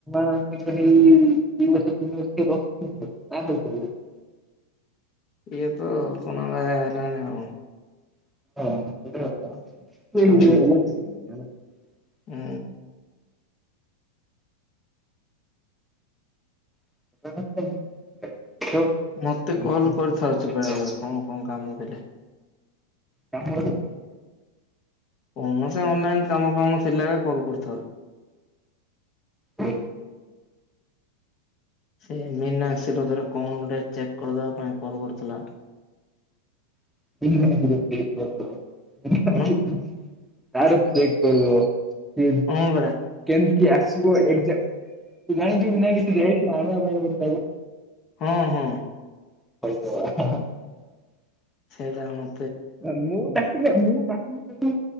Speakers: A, in the centre; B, on the left (about 35°).
A: <unintelligible> ଦିବର୍ଷ ତିନିବର୍ଷ ହବ ଆ <unintelligible>
B: ଇଏ ତ କଣ ବା ହେଲାଣିି ଆଉ।
A: ହଁ ହେଟା ସତ କଥା
B: ହୁଁ
A: <unintelligible> ଚିହ୍ନା
B: ହୁଁ।
A: <unintelligible> <unintelligible>
B: ମତେ କଲ୍ କରିଥାଉଛି ବେଳେ ବେଳେ କଣ କଣ କାମ ଥିଲେ।
A: କାମୁଡୁ ଥୁବ
B: କୌଣସି ଅନଲାଇନ୍ କାମ ଫାମ ଥିଲା ବେଳେ କଲ୍ କରିଥାଉ।
A: ହ
B: ସେ ମିନାକ୍ସ୍ ବିରୁଦ୍ଧରେ କଣ ଗୋଟେ ଚେକ୍ କରିବା ପାଇଁ କଲ୍ କରୁଥିଲା।
A: <inaudible> <unintelligible>
B: କଣ
A: ଚେକ୍ କରିବ। ସିଏ
B: ହଁ ପା।
A: କେମିତି ଆସିବ ଏକ୍ଜା, ତୁ ଜାଣିଛୁ କି ନାଇଁ କି ସେ ଯାଇଥିଲା ଆଣିବା ପାଇଁ <unintelligible>
B: ହଁ-ହଁ।
A: <inaudible>
B: ସେଇଟା ମୁଁ
A: <inaudible> ମୁଁ ଡାକିଥିଲେ ମୁଁ ଡାକିଲି ତାକୁ <inaudible>